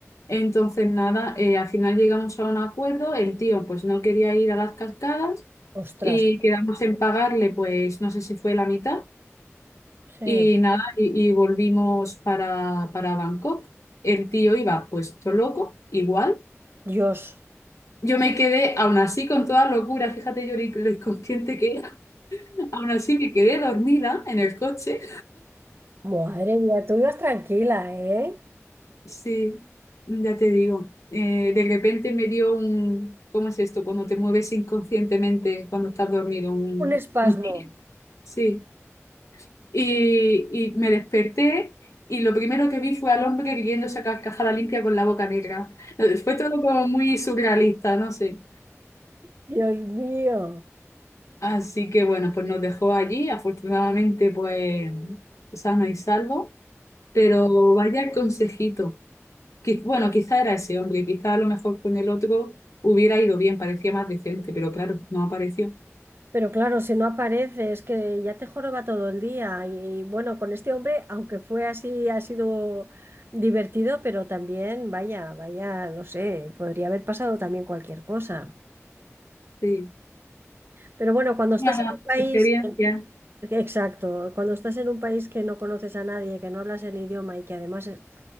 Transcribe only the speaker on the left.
Entonces, nada, eh, al final llegamos a un acuerdo, el tío pues no quería ir a las cascadas
y quedamos en pagarle pues no sé si fue la mitad
y nada, y, y volvimos para, para Bangkok. El tío iba pues todo loco, igual.
Yo me quedé aún así con toda locura, fíjate yo lo lo inconsciente que era, <laughs> aún así me quedé dormida en el coche.
Sí, ya te digo. Eh, de repente me dio un, ¿cómo es esto? Cuando te mueves inconscientemente cuando estás dormido. un-
un- sí. Y, y me desperté y lo primero que vi fue al hombre riéndose a carcajada limpia con la boca negra. Eh, Fue todo como muy surrealista, no sé.
Así que bueno, pues nos dejó allí, afortunadamente pues sano y salvo. Pero vaya el consejito. Qui- Bueno, quizá era ese hombre, quizá a lo mejor con el otro hubiera ido bien, parecía más decente, pero claro, no apareció.
Sí.
Nada,
experiencia.